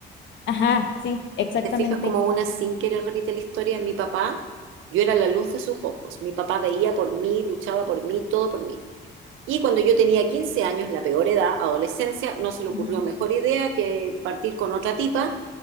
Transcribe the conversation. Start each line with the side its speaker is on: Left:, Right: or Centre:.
Left: Ajá, sí, exactamente.
Right: te fijas como una sin querer repite la historia, mi papá, yo era la luz de sus ojos, mi papá veía por mí, luchaba por mí, todo por mí. Y cuando yo tenía 15 años, la peor edad, adolescencia, no se le
Left: Ujú.
Right: ocurrió mejor idea que partir con otra tipa.